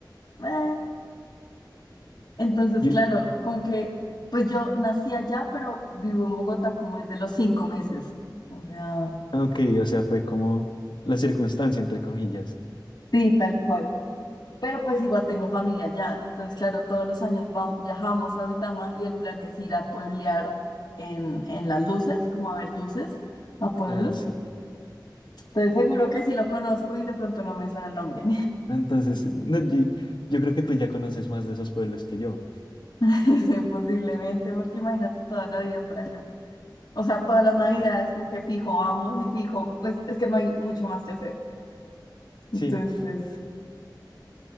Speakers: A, on the left; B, on the left.
A: Eh, Entonces,
B: Yo-
A: claro, como que, pues yo nací allá, pero vivo en Bogotá como desde los cinco meses. O sea,
B: ah, ok, o sea, fue como la circunstancia, entre comillas.
A: sí, tal cual. Pero pues igual tengo familia allá. Entonces, claro, todos los años vam- viajamos a Duitama y el plan es ir a pueblear en, en las luces, como a ver luces, a pueblos.
B: Ah, sí.
A: Entonces, seguro que sí lo conozco y de pronto no me suena el nombre.
B: Entonces, no, yo yo creo que tú ya conoces más de esos pueblos que yo.
A: <laughs> Posiblemente, porque imagínate toda la vida por allá. O sea, todas las navidades
B: Sí,
A: como que fijo vamos y fijo, pues es que no hay mucho más que hacer. Entonces,
B: sí,
A: pues,